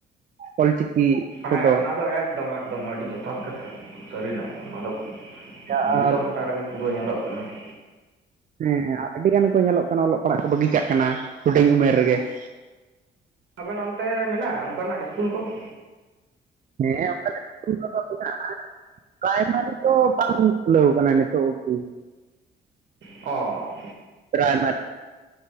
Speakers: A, on the right; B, on the right.
A: ᱚᱞᱪᱤᱠᱤ, ᱛᱮᱫᱚ
B: ᱦᱮᱸ ᱚᱱᱟ ᱫᱚ ᱮᱠᱫᱚᱢ ᱮᱠᱫᱚᱢ ᱟᱹᱰᱤ ᱡᱚᱛ ᱛᱷᱟᱛ ᱠᱟᱛᱷᱟ ᱥᱟᱹᱨᱤᱱᱟᱜ ᱜᱮ ᱱᱚᱣᱟ ᱫᱚ
A: ᱟᱨ
B: ᱫᱤᱥᱚᱢ ᱴᱟᱜ ᱨᱮᱜᱮ ᱯᱩᱨᱟᱹ ᱧᱮᱞᱚᱜ ᱠᱟᱱᱟ ᱾
A: ᱦᱮᱸ ᱟᱹᱰᱤ ᱜᱟᱱ ᱠᱚ ᱧᱮᱞᱚᱜ ᱠᱟᱱᱟ ᱚᱞᱚᱜ ᱯᱟᱲᱦᱟᱜ ᱠᱚ ᱵᱟᱹᱜᱤ ᱠᱟᱜ ᱠᱟᱱᱟ ᱦᱩᱰᱤᱧ ᱩᱢᱮᱨ ᱨᱮᱜᱮ ᱾
B: ᱟᱵᱮᱱ ᱚᱱᱛᱮ ᱢᱮᱱᱟᱜᱼᱟ ᱚᱱᱠᱟᱱᱟᱜ ᱤᱥᱠᱩᱞ ᱠᱚ ᱾
A: ᱦᱮᱸ ᱚᱱᱠᱟᱱᱟᱜ ᱤᱥᱠᱩᱞ ᱠᱚᱫᱚ ᱢᱮᱱᱟᱜ-ᱟ ᱾ ᱯᱨᱟᱭᱢᱟᱨᱤ ᱫᱚ ᱵᱟᱝ ᱠᱷᱩᱞᱟᱹᱣ ᱠᱟᱱᱟ ᱱᱤᱛᱚᱜ ᱚᱵᱫᱤ ᱾
B: ᱚ
A: ᱯᱨᱟᱭᱢᱟᱨᱤ,